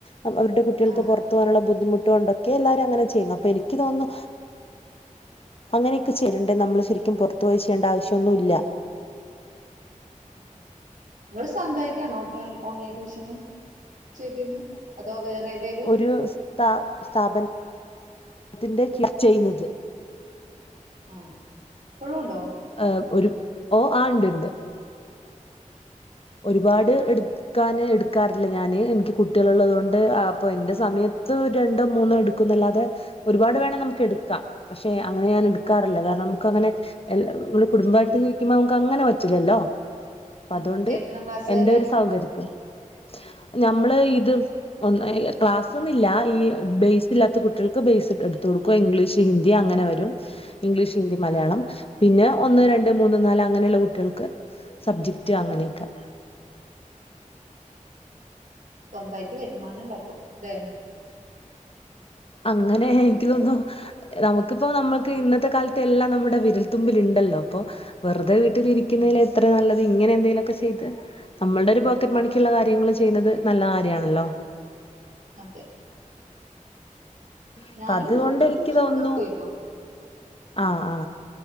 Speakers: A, on the left (about 45°); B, on the right (about 75°).
A: അപ്പൊ അവരുടെ കുട്ടികൾക്ക്
B: ആഹ്
A: പൊർ ത്ത് പോവാനുള്ള ബുദ്ധിമുട്ടുകൊണ്ടൊക്കെ എല്ലാരും അങ്ങനെ ചെയ്യുന്നു അപ്പൊ എനിക്ക് തോന്നുന്നു അങ്ങനെയൊക്കെ ചെയ്യല്ണ്ട് നമ്മള് ശരിക്കും പൊർത്ത് പോയി ചെയ്യണ്ട ആവശ്യം ഒന്നുവില്ല
B: ആഹ് ഇങ്ങള് സൊന്തായിട്ടാണോ <unintelligible> ഓൺലൈൻ ട്യൂഷന് ചെയ്തിര്ന്ന് അതോ വേറെ ഏതേലും
A: ഒരൂ സ്താ സ്ഥാപനത്തിന്റെ കിഴ് ചെയ്യുന്നത്
B: ആഹ് ഇപ്പഴും ഉണ്ടോ
A: ആഹ് ഒരു ഓഹ് ആഹ് ഇണ്ടിണ്ട് ഒരുപാട് എട്ക്കാന് എട്ക്കാ റില്ല ഞാന് എനിക്ക് കുട്ട്യോളുള്ളത് കൊണ്ട് അപ്പൊ എന്റെ സമയത്ത് രണ്ടോ മൂന്നോ എടുക്കൂന്നല്ലാതെ ഒരുപാട് വേണം നമുക്ക് എടുക്കാം പക്ഷെ അങ്ങനെ ഞാൻ എടുക്കാറില്ല കാരണം നമുക്കങ്ങനെ എല്ല നമ്മള് കുടുംബായിട്ട് ജിവിക്കുമ്പൊ നമുക്ക് അങ്ങനെ പറ്റില്ലല്ലോ അപ്പൊ
B: ആഹ്
A: അതുകൊണ്ട്
B: എത്രാം ക്ലാസ്സ്കാരാണ്
A: <unintelligible> നമ്മള് ഇത് ഒന്ന് ക്ലാസ്സൊന്നും ഇല്ല ഈ ബെയ്സ് ഇല്ലാത്ത കുട്ടികൾക്ക് ബെയ്സൊക്കെ എടുത്ത് കൊടു ക്വ ഇപ്പൊ ഇംഗ്ലീഷ് ഹിന്ദി അങ്ങനെ വരും ഇംഗ്ലീഷ് ഹിന്ദി മലയാളം
B: ആഹ്
A: പിന്നെ ഒന്ന് രണ്ട് മൂന്ന് നാല് അങ്ങനെയുള്ള കുട്ടികൾക്ക് സബ്ജക്റ്റ്
B: ഉം
A: അങ്ങനെയൊക്കെ
B: സ്വന്തായിട്ട് വരുമാനം ഇണ്ടാക്കും ഇല്ലെ
A: അങ്ങനേ എനിക്ക് തോന്നു നമുക്കിപ്പോ നമ്മുക്ക് ഇന്നത്തെ കാലത്തെ എല്ലാം നമ്മടെ വിരൽത്തുമ്പിലിണ്ടല്ലോ അപ്പൊ വെറുതെ വീട്ടിലിരിക്കുന്നയ്ല്
B: ആഹ്
A: എത്ര നല്ലത് ഇങ്ങനെ എന്തേലൊക്കെ ചെയ്ത് നമ്മൾടൊരു പോക്കറ്റ് മണി‌ക്കിള്ള കാര്യങ്ങള്
B: ഉം
A: ചെയ്യ്ണത് നല്ല കാര്യാണല്ലോ
B: അതെ
A: അപ്പൊ
B: ഞാനും
A: അതുകൊണ്ട്
B: വീട്ടില്
A: എനിക്ക്
B: ട്യൂഷനൊക്കെ
A: തോന്നുന്നു
B: എടുത്തിരുന്നു
A: ആ, ഹാ